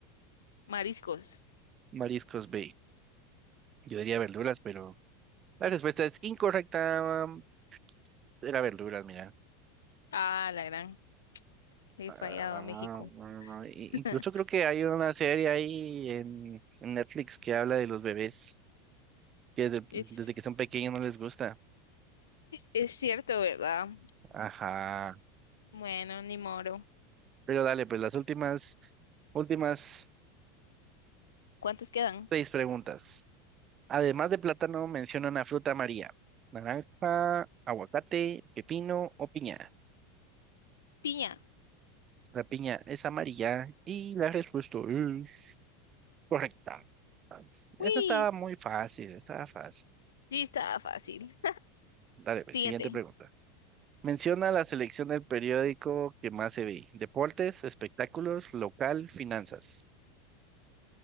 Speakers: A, on the left (about 75°); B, on the right (about 35°).
A: Mariscos.
B: Mariscos B. Yo diría verduras, pero la respuesta es incorrecta. mm, Era verduras, mira.
A: Ah, la gran. Le he
B: Ah,
A: fallado a México.
B: bueno, i-
A: <laughs>
B: incluso creo que hay una serie ahí en, en Netflix que habla de los bebés que desde,
A: Es
B: desde que son pequeños no les gusta.
A: Es cierto, ¿verdad?
B: Ajá.
A: Bueno, ni moro.
B: Pero dale, pues las últimas, últimas
A: ¿Cuántos quedan?
B: seis preguntas. Además de plátano, menciona una fruta amarilla. Naranja, aguacate, pepino o piña.
A: Piña.
B: La piña es amarilla y la respuesta es correcta. Ah, Esta
A: Uy,
B: estaba muy fácil, estaba fácil.
A: sí, estaba fácil.
B: Dale, pues,
A: <laughs> Siguiente.
B: siguiente pregunta. Menciona la selección del periódico que más se ve. Deportes, espectáculos, local, finanzas.